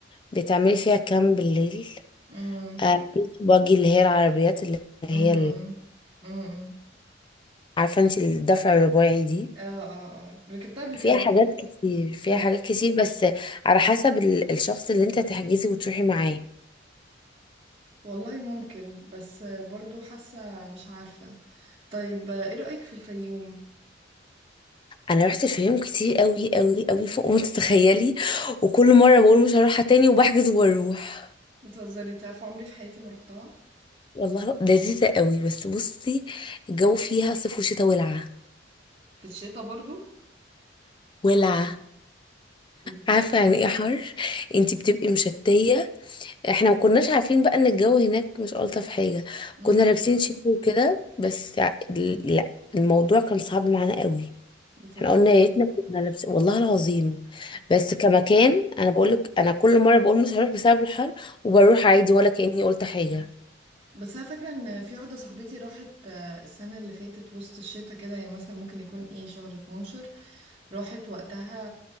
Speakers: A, on the left; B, on the right.
A: بتعملي فيها كامب بالليل
B: امم
A: آه، بيتش باجي اللي هي العربيات اللي هي
B: امم امم
A: عارفة انت الدفع الرباعي دي
B: اه اه اه ركبتها قبل
A: فيها
B: كده
A: حاجات كتير فيها
B: مم.
A: حاجات كتير بس على حسب ال- الشخص اللي انت تحجزي وتروحي معاه
B: والله ممكن بس برضو حاسة مش عارفة طيب ايه رأيك في الفيوم
A: انا رحت الفيوم كتير قوي قوي قوي فوق ما تتخيلي وكل مره بقول مش هروحها تاني وبحجز واروح
B: بتهزري انتي عارفة عمري في حياتي ما رحتها
A: والله لذيذه قوي بس بصي الجو فيها صيف وشتاء ولعه
B: في الشتاء برضو
A: ولعه
B: بجد؟
A: عارفه يعني ايه حر انت بتبقي مشتيه احنا ما كناش عارفين بقى ان الجو هناك مش الطف حاجه
B: مم.
A: كنا لابسين شتوي وكده بس ع- لا الموضوع كان صعب معانا قوي
B: بتهزري
A: احنا قلنا يا ريتنا كنا لابسين والله العظيم بس كمكان انا بقول لك انا كل مره بقول مش هروح بسبب الحر وبروح عادي ولا كاني قلت حاجه
B: بس انا فاكره ان في واحده صاحبتي راحت آه، السنه اللي فاتت وسط الشتاء كده هي مثلا ممكن يكون ايه شهر 12 راحت وقتها